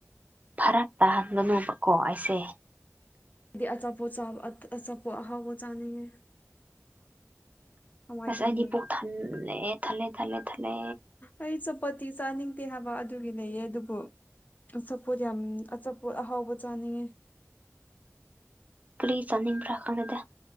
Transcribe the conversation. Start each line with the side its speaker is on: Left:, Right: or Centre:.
Right: ꯐꯔꯛ ꯇꯥꯍꯟꯒꯅꯨꯕꯀꯣ ꯑꯩꯁꯦ
Left: ꯍꯥꯏꯗꯤ ꯑꯆꯥꯄꯣꯠ ꯑꯆꯥꯄꯣ ꯑꯍꯥꯎꯕꯣ ꯆꯥꯅꯤꯡꯉꯦ ꯀꯃꯥꯏ
Right: ꯑꯁ
Left: ꯇꯧꯅꯤ
Right: ꯑꯩꯗꯤ ꯄꯣꯛ ꯊꯜꯂꯦ ꯊꯜꯂꯦ ꯊꯜꯂꯦ ꯊꯜꯂꯦ
Left: ꯑꯩ ꯆꯄꯠꯇꯤ ꯆꯥꯅꯤꯡꯗꯦ ꯍꯥꯏꯕ ꯑꯗꯨꯒꯤ ꯂꯩꯌꯦ ꯑꯗꯨꯕꯨ ꯑꯆꯥꯄꯣꯠ ꯌꯥꯝ ꯑꯆꯥꯄꯣꯠ ꯑꯍꯥꯎꯕ ꯆꯥꯅꯤꯡꯉꯦ
Right: ꯀꯔꯤ ꯆꯥꯅꯤꯡꯕ꯭ꯔꯥ ꯈꯪꯅꯗ